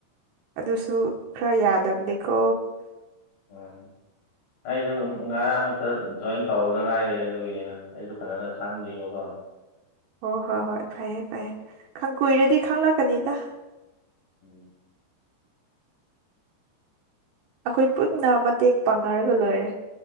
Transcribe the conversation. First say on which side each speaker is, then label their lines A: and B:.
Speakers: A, on the right (about 75°); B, on the left (about 70°).
A: ꯑꯗꯨꯁꯨ ꯈꯔ ꯌꯥꯗꯕꯅꯤꯀꯣ
B: ꯎꯝ ꯑꯩꯁꯨ ꯉꯔꯥꯡ ꯈꯛꯇ ꯖꯣꯏꯟ ꯇꯧꯕꯗ ꯉꯥꯏꯔꯤ ꯑꯗꯨꯒꯤꯅꯤꯅ ꯑꯩꯁꯨ ꯐꯖꯅ ꯈꯥꯡꯗ꯭ꯔꯤꯕꯀꯣ
A: ꯍꯣꯏ ꯍꯣꯏ ꯍꯣꯏ ꯐꯩꯌꯦ ꯐꯩꯌꯦ ꯀꯨꯏꯔꯗꯤ ꯈꯪꯂꯛꯀꯅꯤꯗ
B: ꯎꯝ
A: ꯑꯩꯈꯣꯏ ꯄꯨꯟꯅ ꯃꯇꯦꯡ ꯄꯥꯡꯅꯔꯒ ꯂꯣꯏꯔꯦ